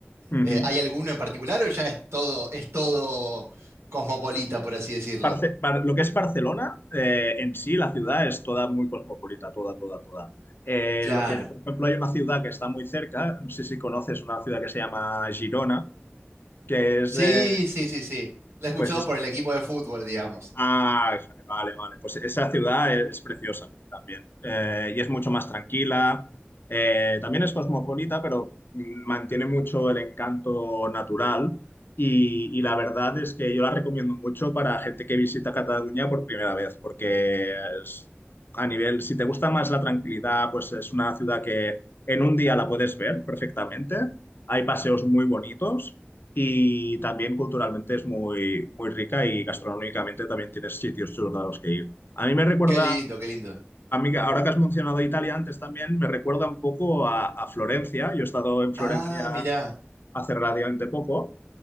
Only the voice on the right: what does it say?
Eh, ¿hay alguno en particular o ya es todo, es todo cosmopolita, por así decirlo?
Claro.
Sí,
sí, sí, sí. La he escuchado
por el equipo de fútbol, digamos.
Qué lindo, qué lindo.
Ah, mirá.